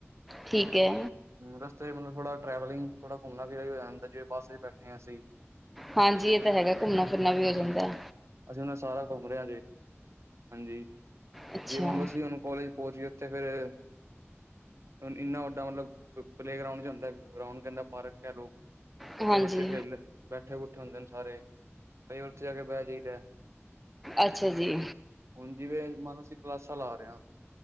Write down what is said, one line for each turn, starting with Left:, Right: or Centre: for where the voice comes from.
Centre: ਠੀਕ ਹੈ।
Right: ਰਸਤੇ ਚ ਮੈਨੂੰ ਥੋੜਾ ਟਰੈਵਲਿੰਗ ਥੋੜਾ ਘੁੰਮਣਾ ਵੀਰਾ ਵੀ ਹੋ ਜਾਂਦਾ, ਜਿਵੇਂ ਬੱਸ ਚ ਬੈਠੇ ਆਂ ਅਸੀਂ।
Centre: ਹਾਂਜੀ, ਏ ਤਾਂ ਹੈਗਾ ਘੁੰਮਣਾ ਫਿਰਨਾ ਵੀ ਹੋ ਜਾਂਦਾ।
Right: ਹੂੰ ਅਸੀਂ ਉਨਾਂ ਸਾਰਾ ਘੁੰਮ ਰੇਆ ਜੇ ਹਾਂਜੀ,
Centre: ਅੱਛਾ
Right: ਜੇ ਹੁਣ ਅਸੀਂ ਔਨੂੰ ਕੋਲੇਜ ਪਹੁੰਚ ਗੇ, ਓਥੇ ਫੇਰ ਹੋਣ ਇੰਨਾ ਵੱਡਾ ਮਤਲਬ ਪਲੇ ਗਰਾਉਂਡ ਜਾ ਹੁੰਦੈ, ਗਰਾਂਉਡ ਕੈੰਦਾ ਪਾਰਕ ਕੇ ਲੋ।
Centre: ਹਾਂਜੀ
Right: ਓਥੇ ਬੱਚੇ ਖੇਲ ਬੈਠੇ-ਬੂਠੇ ਹੁੰਦੇ ਨੇ ਸਾਰੇ। ਕਈ ਔਥੇ ਜਾ ਕੇ ਬੈਹ ਜਾਈਦਾ।
Centre: ਅੱਛਾ ਜੀ
Right: ਹੁਣ, ਜਿਵੇਂ ਮਨ ਲੋ ਅਸੀਂ ਕਲਾਸਾਂ ਲਾ ਰੇ ਆਂ।